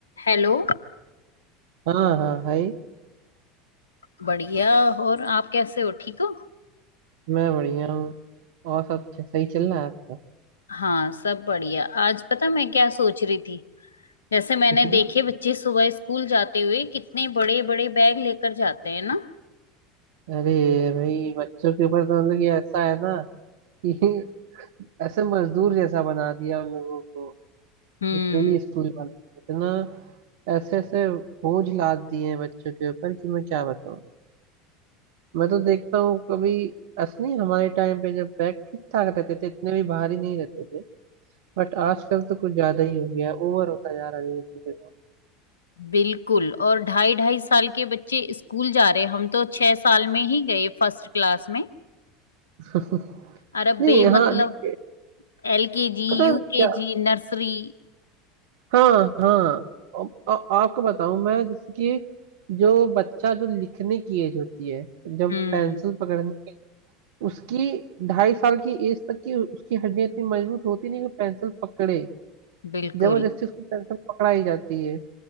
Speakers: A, on the left; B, on the right.
A: Hello
B: हाँ हाँ भाई
A: बढ़िया और आप कैसे हो ठीक हो
B: मैं बढ़िया हूँ और सब च- सही चल रहा है आपका
A: हाँ सब बढ़िया आज पता मैं क्या सोच रही थी जैसे मैंने
B: जी
A: देखे बच्चे सुबह स्कूल जाते हुए कितने बड़े बड़े बैग लेकर जाते हैं ना
B: अरे भाई बच्चों के ऊपर तो मतलब कि ऐसा है ना कि <laughs> ऐसे मजदूर जैसा बना दिया उन लोगों को
A: हम्म
B: लिटरली स्कूल वाले इतना ऐसे ऐसे बोझ लाद दिए हैं बच्चों के ऊपर कि मैं क्या बताऊँ मैं तो देखता हूँ कभी ऐसा नहीं हमारे टाइम पे जब बैग ठीक ठाक रहते थे इतने भी भारी नहीं रहते थे बट आजकल तो कुछ ज्यादा ही हो गया ओवर होता जा रहा है धीरे धीरे।
A: बिल्कुल और ढाई ढाई साल के बच्चे स्कूल जा रहे हैं हम तो छह साल में ही गए फर्स्ट क्लास में
B: <laughs>
A: और अब
B: नहीं
A: बे मतलब
B: हाँ देखिए
A: L K G
B: पता
A: U
B: है
A: K
B: क्या
A: G nursery
B: हाँ हाँ अब- अब आपको बताऊं मैं जैसे कि जो बच्चा जो लिखने की एज होती है जब
A: हम्म
B: पेंसिल पकड़ने की उसकी ढाई साल की एज तक की उसकी हड्डियां इतनी मजबूत होती नहीं कि पेंसिल पकड़े
A: बिल्कुल
B: जबरदस्ती उसको पेंसिल पकड़ाई जाती है